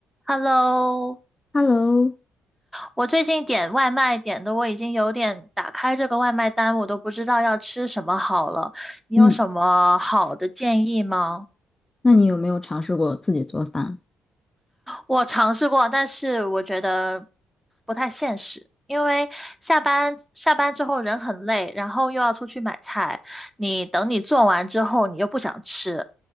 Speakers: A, in the centre; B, on the left (about 15°).
A: Hello，
B: Hello，
A: 我最近点外卖点的，我已经有点打开这个外卖单，我都不知道要吃什么好了。你有什么好的建议吗？
B: 嗯，那你有没有尝试过自己做饭？
A: 我尝试过，但是我觉得不太现实，因为下班下班之后人很累，然后又要出去买菜，你等你做完之后，你又不想吃，